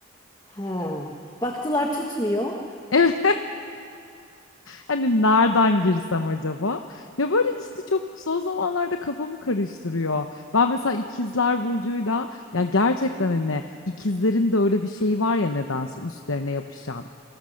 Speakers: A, on the left; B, on the left.
A: Ha. Baktılar tutmuyor.
B: Evet. Hani nereden girsem acaba? Ya böyle işte çok son zamanlarda kafamı karıştırıyor. Ben mesela ikizler burcuyla ya gerçekten hani ikizlerin de öyle bir şeyi var ya nedense üstlerine yapışan.